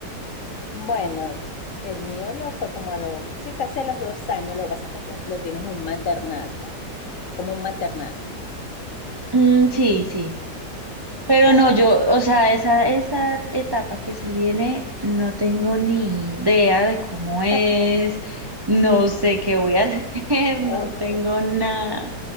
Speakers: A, on the left (about 55°); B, on the right (about 35°).
A: Bueno, el mío lo fue como a los, sí, casi a los dos años. Lo que pasa es que esto lo tienes en un maternal, ¿no? Es como un maternal.
B: Mm, sí, sí. Pero
A: Ah,
B: no, yo,
A: sí.
B: o sea, esa, esa etapa que se viene, no tengo ni idea de cómo es,
A: <laughs>
B: no sé qué voy a <laughs> hacer, no
A: Eh,
B: tengo nada.